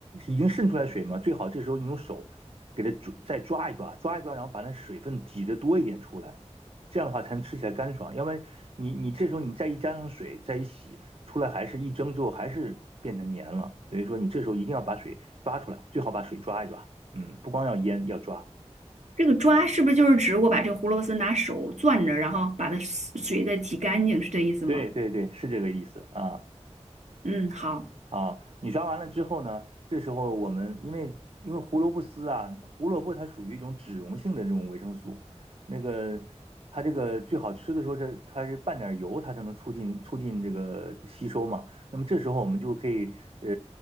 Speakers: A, on the right; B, on the right.
A: 已经渗出来水吗？最好这时候你用手给它抓，再抓一抓，抓一抓，然后把那水分挤得多一点出来，这样的话才能吃起来干爽。要不然你你这时候你再一沾上水，再一洗。出来还是一蒸之后还是变成黏了，等于说你这时候一定要把水抓出来，最好把水抓一抓，嗯，不光要腌，要抓，
B: 这个抓是不是就是指我把这个胡萝卜丝拿手攥着，然后把它水水再挤干净，是这意思吗？
A: 对对对，是这个意思啊。
B: 嗯，好，
A: 啊，你抓完了之后呢，这时候我们因为因为胡萝卜丝啊，胡萝卜它属于一种脂溶性的这种维生素，那个它这个最好吃的时候，这它是拌点油，它才能促进促进这个吸收嘛。那么这时候我们就可以，呃，